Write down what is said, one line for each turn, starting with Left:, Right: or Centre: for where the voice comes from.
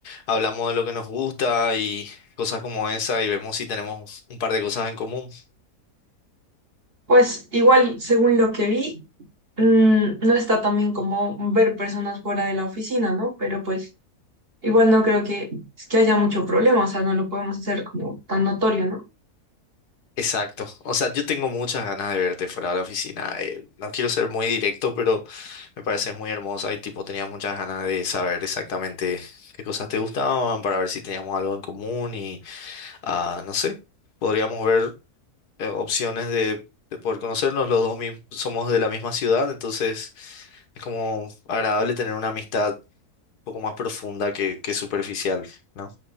Left: hablamos de lo que nos gusta y cosas como esa y vemos si tenemos un par de cosas en común.
Right: Pues igual, según lo que vi, mm, no está tan bien como ver personas fuera de la oficina, ¿no? Pero pues igual no creo que, que haya mucho problema, o sea, no lo podemos hacer como tan notorio, ¿no?
Left: Exacto. O sea, yo tengo muchas ganas de verte fuera de la oficina. eh, no quiero ser muy directo, pero me pareces muy hermosa y tipo tenía muchas ganas de saber exactamente qué cosas te gustaban para ver si teníamos algo en común y ah, no sé, podríamos ver. eh, opciones de, de poder conocernos. Los dos mis- somos de la misma ciudad, entonces es como agradable tener una amistad un poco más profunda que, que superficial, ¿no?